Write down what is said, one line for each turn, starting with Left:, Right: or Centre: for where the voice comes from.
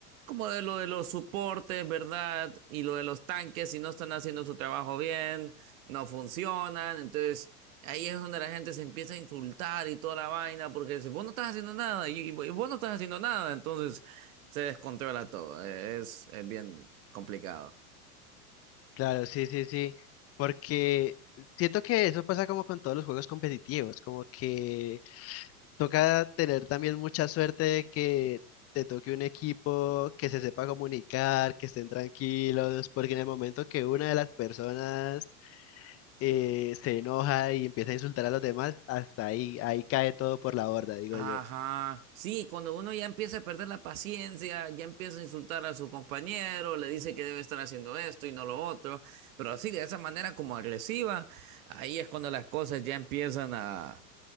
Right: como de lo de los soportes, ¿verdad? Y lo de los tanques, si no están haciendo su trabajo bien, no funcionan. Entonces, ahí es donde la gente se empieza a insultar y toda la vaina, porque dice, vos no estás haciendo nada, y, y vos no estás haciendo nada. Entonces, se descontrola todo. Es, es bien complicado.
Left: Claro, sí, sí, sí, porque siento que eso pasa como con todos los juegos competitivos, como que toca tener también mucha suerte de que te toque un equipo que se sepa comunicar, que estén tranquilos, porque en el momento que una de las personas eh, se enoja y empieza a insultar a los demás, hasta ahí, ahí cae todo por la borda, digo
Right: Ajá,
Left: yo.
Right: sí, cuando uno ya empieza a perder la paciencia, ya empieza a insultar a su compañero, le dice que debe estar haciendo esto y no lo otro, pero así de esa manera como agresiva, ahí es cuando las cosas ya empiezan a,